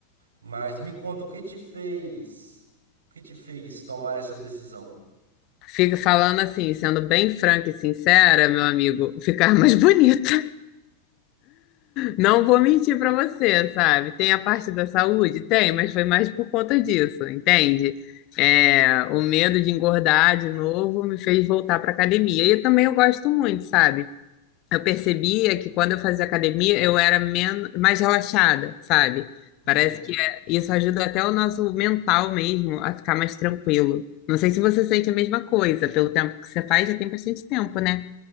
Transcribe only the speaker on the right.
Mas me conta, o que te fez, o que te fez tomar essa decisão?
Uhum.